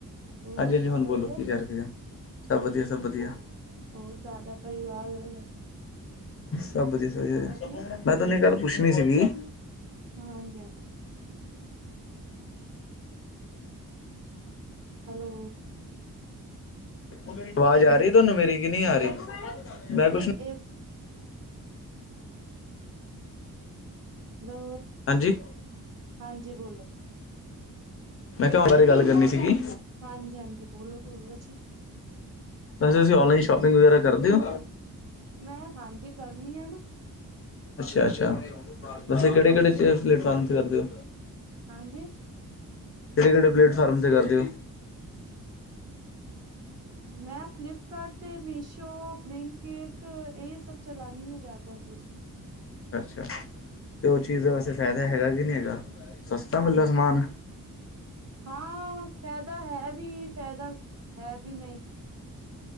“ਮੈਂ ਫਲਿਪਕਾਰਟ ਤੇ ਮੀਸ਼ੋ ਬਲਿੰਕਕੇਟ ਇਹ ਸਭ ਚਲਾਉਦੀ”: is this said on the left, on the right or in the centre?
Right